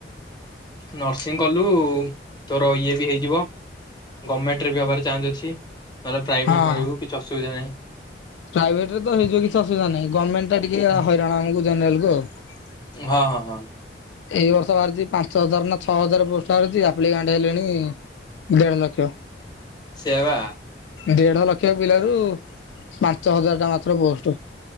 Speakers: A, on the left; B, on the left.
A: ନର୍ସିଂ କଲୁ ତୋର ଇଏ ବି ହେଇଯିବ। ଗମେଣ୍ଟରେ ବି ହବାର ଚାନ୍ସ ଅଛି, ନହେଲେ ପ୍ରାଇଭେଟ୍
B: ହଁ
A: ରହିବୁ କିଛି ଅସୁବିଧା ନାହିଁ।
B: ପ୍ରାଇଭେଟରେ ତ ହେଇଯିବ କିଛି ଅସୁବିଧା ନାହିଁ, ଗମେଣ୍ଟଟା ଟିକେ
A: ହୁଁ,
B: ହଇରାଣ ଆମୁକୁ ଜେନେରାଲ କୁ ଆଉ।
A: ହଁ ହଁ ହଁ।
B: ଏଇ ବର୍ଷ ବାହାରିଛି ପାଞ୍ଚ ହଜାର ନା ଛଅ ହଜାର ପୋଷ୍ଟ ବାହାରିଚି, ଆପ୍ଲିକାଣ୍ଟ ହେଲେଣି ଦେଢ଼ ଲକ୍ଷ।
A: ସେବା
B: ଦେଢ ଲକ୍ଷ ପିଲାରୁ ପାଞ୍ଚ ହଜାର ଟା ମାତ୍ର ପୋଷ୍ଟ।